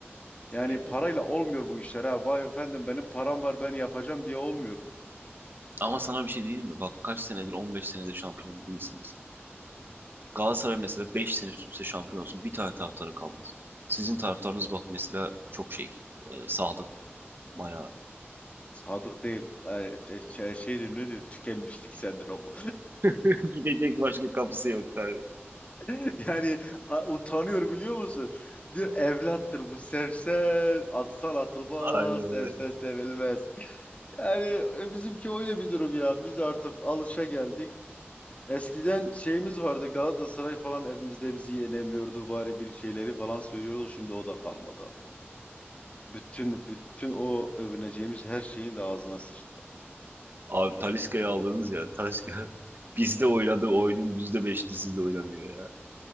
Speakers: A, on the left (about 30°); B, on the right (about 50°).
A: Yani
B: Ya.
A: parayla olmuyor bu işler ha. Vay efendim benim param var ben yapacağım diye olmuyor.
B: Ama sana bir şey diyeyim mi? Bak kaç senedir 15 senedir şampiyon değilsiniz. Galatasaray mesela 5 sene üst üste şampiyon olsun. Bir tane taraftarı kalmaz. Sizin taraftarınız bak mesela çok şey. e, sadık. Bayağı.
A: Sadık değil. Ee, Şey, şey diyor ne diyor? Tükenmişlik sendromu.
B: <laughs> Gidecek başka kapısı yok. abi.
A: <laughs> Yani a- utanıyor biliyor musun? Diyor evlattır bu. Sevsen atsan atılmaz.
B: Aynen
A: Sevsen
B: öyle.
A: sevilmez. Yani e, bizimki öyle bir durum ya. Biz artık alışa geldik. Eskiden şeyimiz vardı. Galatasaray falan evimizde bizi yenemiyordu. Bari bir şeyleri falan söylüyorduk. Şimdi o da kalmadı abi. Bütün bütün o övüneceğimiz her şeyin de ağzına sıçtı.
B: Abi Talisca'yı aldınız ya. Talisca <laughs> bizde oynadığı oyunun %5'ini sizde oynamıyor ya.